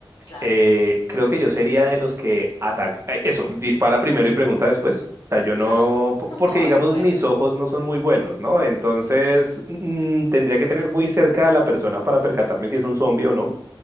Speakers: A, on the left; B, on the right.
A: claro.
B: Eh, creo que yo sería de los que ataca, eh, eso, dispara primero y pregunta después. O sea, yo no,
A: Ah,
B: po-
A: <laughs>
B: porque
A: Ay,
B: digamos
A: bueno,
B: mis ojos no son muy buenos, ¿no? Entonces mm, tendría que tener muy cerca a la persona para percatarme si es un zombie o no.